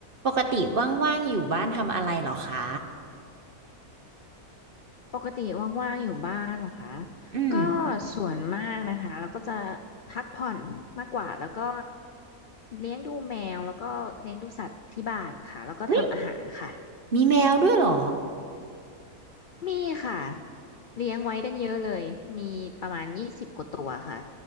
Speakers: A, on the right; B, on the left.
A: ปกติว่างๆอยู่บ้านทำอะไรเหรอคะ
B: ปกติว่างๆอยู่บ้านนะคะ
A: อืม
B: ก็ส่วนมากนะคะเราก็จะพักผ่อนมากกว่าแล้วก็เลี้ยงดูแมวแล้วก็เลี้ยงดูสัตว์ที่บ้านค่ะแล้วก็ทำอาหารค่ะ
A: วิมีแมวด้วยเหรอ
B: มีค่ะเลี้ยงไว้ตั้งเยอะเลยมีประมาณยี่สิบกว่าตัวค่ะ